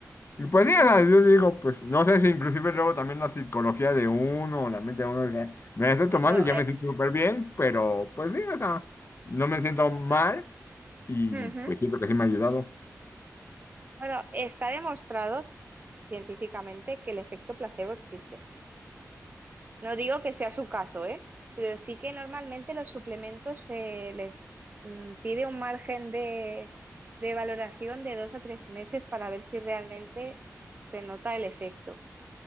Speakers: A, on the left; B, on the right.
A: Y Pues sí,
B: ujú.
A: o sea, yo digo, pues no sé si inclusive luego también la psicología de uno, o la mente de uno, o sea, me la estoy
B: Bueno,
A: tomando y ya
B: eh,
A: me siento súper bien, pero pues sí, o sea, no me siento
B: bueno,
A: mal y
B: ujú.
A: pues siento que sí me ha ayudado.
B: Bueno, está demostrado científicamente que el efecto placebo existe. No digo que sea su caso, ¿eh? Pero sí que normalmente los suplementos se les mm, pide un margen de, de valoración de dos a tres meses para ver si realmente se nota el efecto.